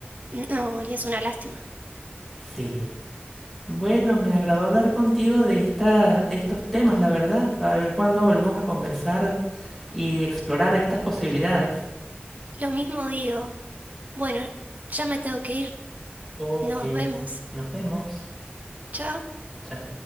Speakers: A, on the right; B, in the centre.
A: No, y es una lástima.
B: Sí. Bueno, me agradó hablar contigo de esta, de estos temas, la verdad, para ver cuándo volvemos a conversar y explorar estas posibilidades.
A: Lo mismo digo. Bueno, ya me tengo que ir.
B: Ok,
A: Nos vemos.
B: nos vemos.
A: Chao.
B: Chao.